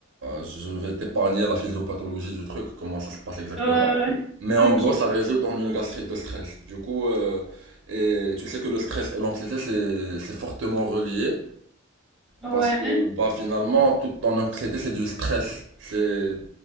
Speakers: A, on the right; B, in the centre.
A: je vais t'épargner la physiopathologie du truc comment ça se passe exactement
B: Euh,
A: mais en
B: ok.
A: gros ça résulte en une gastrite de stress du coup euh, et tu sais que le stress et l'anxiété c'est c'est fortement relié
B: Ouais.
A: parce que bah finalement toute ton anxiété c'est du stress c'est